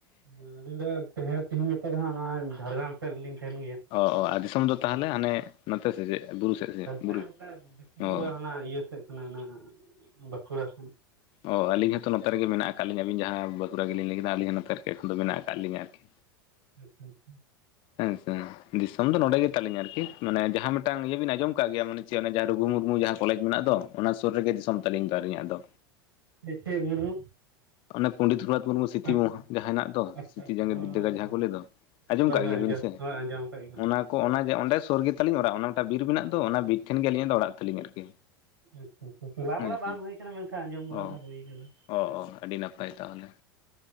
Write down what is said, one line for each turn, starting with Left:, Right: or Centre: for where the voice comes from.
Right: ᱟᱹᱞᱤᱧ ᱫᱚ ᱛᱮᱦᱮ ᱛᱤᱦᱤᱧ ᱜᱟᱯᱟ ᱫᱚ ᱦᱟᱸᱜ ᱚᱱᱟ ᱡᱷᱟᱲᱜᱨᱟᱢ ᱥᱮᱫ ᱨᱮ ᱞᱤᱧ ᱛᱟᱦᱮᱱ ᱜᱮᱭᱟ
Left: ᱚ ᱚ ᱫᱤᱥᱚᱢ ᱫᱚ ᱛᱟᱦᱚᱞᱮ ᱦᱟᱱᱮ ᱱᱚᱛᱮ ᱥᱮ ᱪᱮᱜ ᱵᱩᱨᱩ ᱥᱮ ᱥᱮᱫ ᱵᱩᱨᱩ
Right: ᱦᱟᱱᱛᱮ <unintelligible> ᱫᱤᱥᱚᱢ
Left: ᱚ
Right: ᱫᱚ ᱦᱟᱱᱟ ᱤᱭᱟᱹ ᱥᱮᱫ ᱠᱟᱱᱟ ᱦᱟᱱᱟ ᱟᱸ ᱟᱸ ᱵᱟᱸᱠᱩᱲᱟ ᱥᱮᱱ
Left: ᱚ ᱟᱹᱞᱤᱧ ᱦᱚᱸᱛᱚ ᱱᱚᱛᱮ ᱨᱮᱜᱮ ᱢᱮᱱᱟᱜ ᱟᱠᱟᱫ ᱞᱤᱧᱟ ᱟᱹᱵᱤᱱ ᱡᱟᱦᱟᱸ ᱵᱟᱸᱠᱩᱲᱟ ᱜᱮᱞᱤᱧ ᱞᱟᱹᱭ ᱠᱮᱫᱟ ᱟᱹᱞᱤᱧ ᱦᱚᱸ ᱱᱚᱛᱮ, ᱨᱮᱜᱮ ᱮᱠᱷᱚᱱ ᱫᱚ ᱢᱮᱱᱟᱜ ᱟᱠᱟᱫ ᱞᱤᱧᱟ ᱟᱨᱠᱤ
Right: <unintelligible>
Left: ᱦᱮᱸᱱ ᱥᱮᱸ ᱫᱤᱥᱚᱢ ᱫᱚ ᱱᱚᱸᱰᱮ ᱜᱮ ᱛᱟᱹᱞᱤᱧᱟ ᱟᱨᱠᱤ ᱢᱟᱱᱮ ᱡᱟᱦᱟᱸ ᱢᱤᱫᱴᱟᱝ ᱤᱭᱟᱹ ᱵᱮᱱ ᱟᱸᱡᱚᱢ ᱠᱟᱜ ᱜᱮᱭᱟ ᱢᱟᱱᱮ ᱪᱮᱫ ᱡᱟᱦᱟᱸ ᱨᱩᱜᱷᱩ ᱢᱩᱨᱢᱩ ᱡᱟᱦᱟᱸ ᱠᱚᱞᱮᱡᱽ ᱢᱮᱱᱟᱜ ᱫᱚ ᱚᱱᱟ ᱥᱩᱨ ᱨᱮᱜᱮ ᱫᱤᱥᱚᱢ ᱛᱟᱹᱞᱤᱧ ᱫᱚ ᱟᱹᱞᱤᱧᱟᱜ ᱫᱚ
Right: ᱦᱮᱸ ᱪᱮᱫ ᱢᱩᱨᱢᱩ?
Left: ᱚᱱᱮ ᱯᱚᱸᱰᱮᱛ ᱨᱚᱜᱩᱱᱟᱛᱷ ᱢᱩᱨᱢᱩ ᱥᱨᱤᱛᱤ
Right: ᱟᱪᱪᱷᱟ
Left: ᱢᱳᱲ ᱡᱟᱦᱟᱸ ᱦᱮᱱᱟᱜ ᱛᱚ
Right: ᱟᱪᱪᱷᱟ
Left: ᱥᱨᱤᱛᱤ
Right: ᱟᱪᱪᱷᱟ
Left: ᱡᱟᱸᱜᱮᱛ
Right: ᱦᱚᱸ
Left: ᱵᱤᱫᱽᱫᱟᱹᱜᱟᱲ
Right: ᱦᱚᱸ
Left: ᱡᱟᱦᱟᱸ ᱠᱚ ᱞᱟᱹᱭ ᱫᱚ ᱟᱸᱡᱚᱢ
Right: ᱦᱳᱭ
Left: ᱠᱟᱜ
Right: ᱦᱳᱭ
Left: ᱜᱮᱭᱟᱵᱤᱱ
Right: ᱦᱳᱭ ᱟᱸᱡᱚᱢ
Left: ᱥᱮ
Right: ᱦᱳᱭ ᱟᱸᱡᱚᱢ ᱠᱟᱜ ᱜᱮᱭᱟ ᱞᱮ
Left: ᱚᱱᱟ ᱠᱚ ᱚᱱᱟ ᱡᱮ ᱚᱸᱰᱮ ᱥᱩᱨ ᱜᱮᱛᱟᱞᱤᱧ ᱚᱲᱟᱜ ᱚᱱᱟ ᱢᱤᱫᱴᱟᱝ ᱵᱤᱨ ᱢᱮᱱᱟᱜ ᱫᱚ ᱚᱱᱟ ᱵᱤᱨ ᱴᱷᱮᱱ ᱜᱮ ᱟᱹᱞᱤᱧᱟᱜ ᱫᱚ ᱚᱲᱟᱜ ᱛᱟᱹᱞᱤᱧ ᱟᱨᱠᱤ
Right: ᱟᱪᱪᱷᱟ ᱟᱪᱪᱷᱟ ᱪᱟᱞᱟᱣ ᱵᱟᱲᱟ
Left: ᱦᱮᱸᱥᱮ
Right: ᱵᱟᱝ ᱦᱩᱭ ᱟᱠᱟᱱᱟ ᱢᱮᱱᱠᱷᱟᱱ ᱟᱸᱡᱚᱢ ᱵᱟᱲᱟ
Left: ᱚ
Right: ᱫᱚ ᱦᱩᱭ ᱠᱟᱱᱟ
Left: ᱚ ᱚ ᱟᱹᱰᱤ ᱱᱟᱯᱟᱭ ᱛᱟᱦᱚᱞᱮ